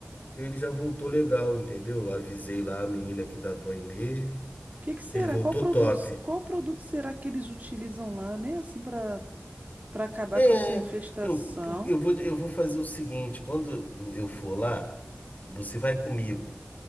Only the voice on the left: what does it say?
ele já voltou legal, entendeu? Eu avisei lá a menina que dá banho nele.
Ele voltou
top.
É,
eu, por- eu vou, eu vou fazer o seguinte, quando eu for lá, você vai comigo.